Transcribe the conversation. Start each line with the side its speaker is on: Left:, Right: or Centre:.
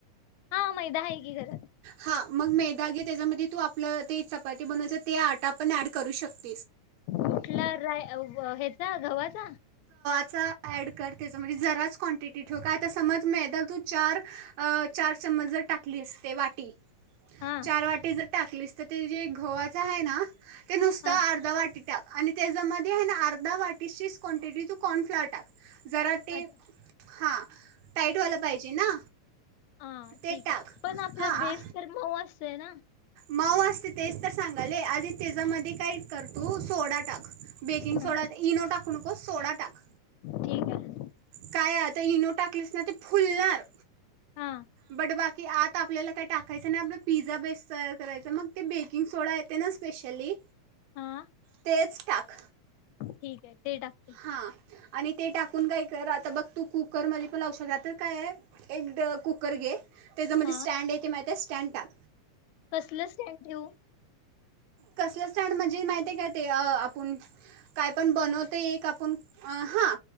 Left: हा मैदा आहे की घरात
Right: हा मग मेदा घे त्याच्यामध्ये तू आपलं ते चपाती बनवायच ते आटा आपण ऍड करू शकतो
Left: कुठला राय हेचा गव्हाचा
Right: आड कर त्याचा म्हणजे जराच क्वांटिटी ठेव का आता समज मैदा तू चार अ चार चमच जर टाकलीस ते वाटी
Left: हा
Right: चार वाटी जर टाकलीस तर ते जे घवाच आहे ना ते नुसतं
Left: हा
Right: अर्धा वाटी टाक आणि त्याच्यामध्ये हे ना अर्धा वाटीचीच क्वानटिटी तू कॉर्न फ्लावर टाक जरा ते
Left: अच्छा
Right: हां टाईट वाला पाहिजे ना
Left: हा ठीक
Right: ते टाक
Left: आहे पण आपला
Right: हां
Left: बेस तर मऊ असतोय ना
Right: मऊ असते तेच तर सांगायले आधी तेजामध्ये काय कर तू सोडा टाक बेकिंग सोडा
Left: हा
Right: इनो टाकू नकोस सोडा टाक.
Left: ठीक आहे
Right: काय आत ते इनो टाकलीस ना ते फुलणार.
Left: हा
Right: बडबा ती आत आपल्याला काही टाकायचं नाही आपला पिझ्झा बेस तयार करायचा. मग ते बेकिंग सोडा येतंय ना स्पेशली
Left: हा
Right: तेच टाक
Left: ठीक आहे ते टाकते
Right: हा. आणि ते टाकून काय कर आता बघ तू कुकरमध्ये पण लावू शकते. आता काय आहे, एक कुकर घे. त्याच्यामध्ये
Left: हा
Right: स्टँड आहेे का माहि त्या स्टँड टाक.
Left: कसलं स्टँड ठेऊ?
Right: कसलं स्टँड म्हणजे माहिती आहे का ते अ आपण काय पण बनवतोय एक आपण. हा